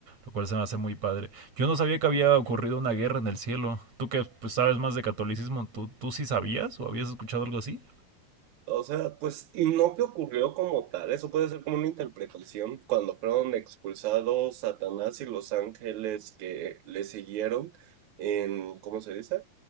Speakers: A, on the right (about 40°); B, on the right (about 65°).
A: lo cual se me hace muy padre. Yo no sabía que había ocurrido una guerra en el cielo. Tú que pues, sabes más de catolicismo, ¿tú, ¿tú sí sabías o habías escuchado algo así?
B: O sea, pues, y no que ocurrió como tal, eso puede ser como una interpretación. Cuando fueron expulsados Satanás y los ángeles que le siguieron en, ¿cómo se dice?